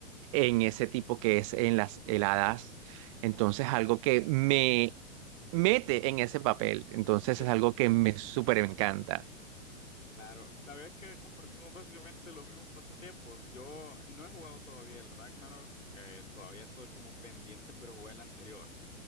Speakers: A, on the right; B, on the left.
A: en ese tipo que es en las heladas. Entonces, algo que me mete en ese papel. Entonces,
B: <laughs>
A: es algo que me súper encanta.
B: Claro, sabes que compartimos básicamente los mismos pasatiempos. Yo no he jugado todavía el Ragnarok, eh, todavía estoy como pendiente, pero jugué el anterior,